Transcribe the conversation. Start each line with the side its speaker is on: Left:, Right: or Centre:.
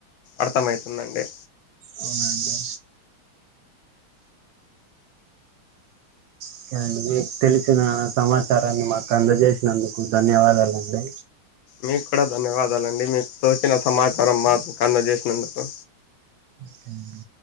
Left: అర్థమైతుందండి.
Right: అవునండి ఓకే అండి. మీకు తెలిసిన సమాచారాన్ని మాకు అందజేసినందుకు ధన్యవాదాలండి.
Left: మీకు కూడా ధన్యవాదాలండి. మీకు తోచిన సమాచారం మాకు అందజేసినందుకు.
Right: ఓకే అండి